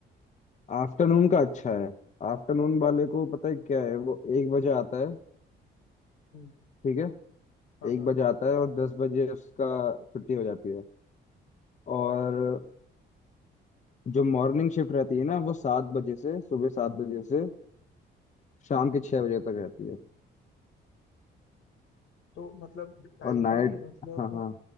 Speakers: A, on the left; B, on the left.
A: आफ्टरनून का अच्छा है आफ्टरनून वाले को पता है क्या है वो एक बजे आता है
B: हम्म,
A: ठीक है
B: हाँ
A: एक
B: हाँ
A: बजे आता है और दस बजे उसका छुट्टी हो जाती है और जो मॉर्निंग शिफ्ट रहती है ना वो सात बजे से सुबह सात बजे से शाम के छह बजे तक रहती है
B: तो मतलब टाइमली
A: और नाइट
B: मतलब
A: हाँ हाँ